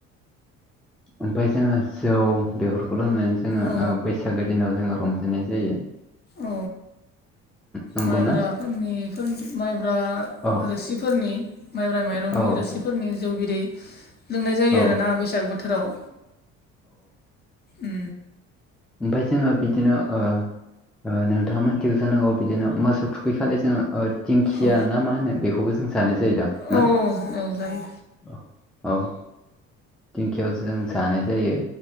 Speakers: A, in the centre; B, on the left.
A: ओमफाय जोङो जौ बेफोरखौ लोंनोनो जोङो
B: ओ
A: बै सागो दिनाव जोङो रंजानाय जायो।
B: औ
A: नंगौना
B: माइब्राफोरनि फोरनि माइब्रा
A: औ
B: रोसिफोरनि माइब्रा माइरंनि
A: औ
B: रोसिफोरनि जौ बिदै लोंनाय जायो
A: औ
B: आरो ना बैसागो बोथोराव उ
A: ओमफाय जोङो बिदिनो ओ ओ नोंथाङा मानथिगौ जानांगौ बिदिनो मोसौ थुखैखालि जोङो ओ दिंखिया
B: औ
A: ना मा होनो बेखौबो जों जानाय जायोदां
B: औ
A: ना?
B: औ जायो
A: औ औ दिंखियाव जों जानाय जायो।